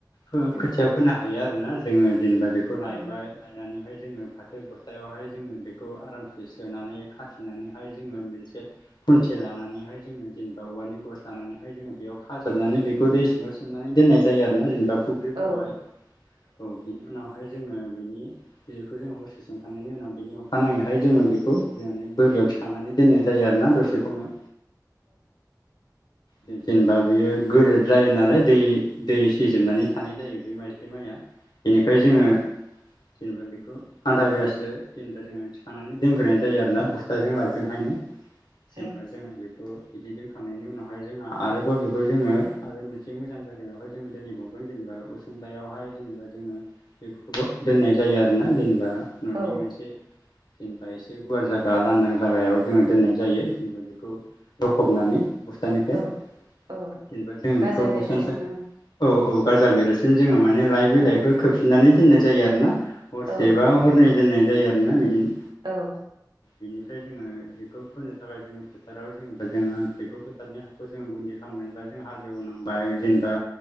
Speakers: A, on the left; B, on the right.
A: खोथिया
B: उम
A: फोनो हायो आरोना जोङो जेनेबा बेखौ लायबाय
B: औ
A: लायनानैहाय जोङो फाथो गथायावहाय जोङो बेखौ आरामसे सोनानै खाथिनानैहाय जोङो मोनसे खुन्थि लानानैहाय जोङो जेनेबा औवानि गस लानानैहाय जोङो बेयाव खाजाबनानै बेखौ दै सिङाव सोमनानै दनाय जायो आरोोना जेनेबा फुख्रिफोरावहाय
B: औ औ
A: औ बिनि उनाव बेवहाय जोङो बेनि जिखौ जोंयो हरसे संखांनायनि उनाव बिनि अखानायैहाय जोङो बेखौ जे बोरियाव थिखांनानै दोननाय जायो आरोोना दसे खमै जेनेबा बेयो गोरोर जायो नालाय दै दै सिजोबनानै थानाय जायो बे माइजलि माइआ बेनिखाय जोङो जेनेबा बेखौ आधा बेलासो जेनेबा जोङो थिखांनानै दोनग्रोनाय जायो आरोोना बस्थाजों लाबजोंहायनो सेनबा
B: औ
A: जानो बे बेखौ बिदि दोनखांनायनि उनावहाय जोंहा आरोबाव बेखौ जोङो आरो मोनसे मोजां जायगायावहाय जों दिनैबाव जेनेबा उसुंदायावहाय जेनेबा जोङो बेफोरखौबो दोननाय जायो आरोना जेनेबा न'नि
B: औ
A: मोनसे जेनेबा एसे गुवार जाया लांदां जागायाव जोङो दोननाय जायो जेनेबा बेखौ रखबनानै बस् बस्तानिफ्राय
B: औ औ
A: जेनेबा जोङो
B: गाजा
A: बेखौ
B: बेरजासिम
A: बस्थानिफ्राय
B: आं
A: औ औ बाजार बेरासिम जोङो माने लाइ बिलाइफोर
B: औ
A: खोबसिननानै दोननाय जायो आरो ना हरसेबा
B: औ
A: हरनै दोननाय जायो आरोना बिदिनो
B: औ
A: बिनिफ्राय जोङो बेखौ फोनो थाखाय जोङो फोथाराव जेनेबा जोङो बेखौ फोथारनि हाखौ जोङो गुन्दै खालाम मोनबा जों हालेवनांबाय जेनेबा